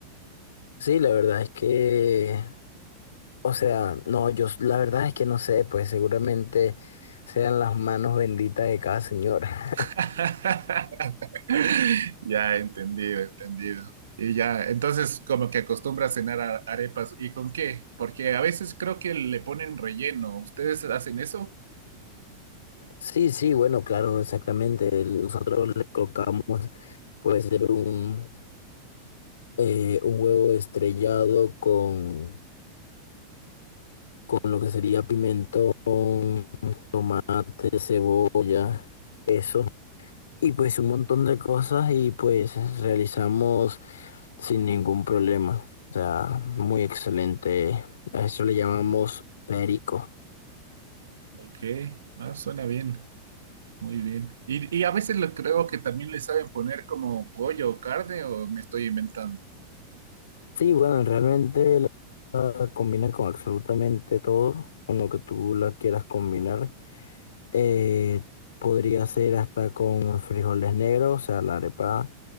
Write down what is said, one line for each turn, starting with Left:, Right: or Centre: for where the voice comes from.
Left: Sí, la verdad es que O sea, no, yo s- la verdad es que no sé, pues seguramente sean las manos benditas de cada señora.
Right: <laughs>
Left: <laughs>
Right: Ya, entendido, entendido. Y ya, entonces como que acostumbra a cenar a- arepas. ¿Y con qué? Porque a veces creo que le ponen relleno. ¿Ustedes hacen eso?
Left: Sí, sí, bueno, claro, exactamente. El- Nosotros le colocamos, puede ser un, eh, un huevo estrellado con, con lo que sería pimentón, tomate, cebolla, eso. Y pues un montón de cosas y pues realizamos sin ningún problema. O sea, muy excelente. A eso le
Right: Ok,
Left: llamamos perico.
Right: ok. Ah, suena bien. Muy bien. Y, y a veces lo creo que también le saben poner como pollo o carne o me estoy inventando.
Left: Sí, bueno, realmente la la combina con absolutamente todo, con lo que tú la quieras combinar. Eh, podría ser hasta con frijoles negros, o sea, la arepa.